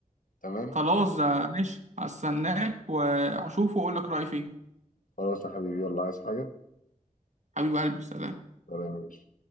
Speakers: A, on the left; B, on the right.
A: تمام
B: خلاص آه، ماشي هستناك واشوفه واقول لك رأيي فيه
A: خلاص يا حبيبي يلا عايز حاجة
B: حبيب قلبي سلام
A: سلام يا باشا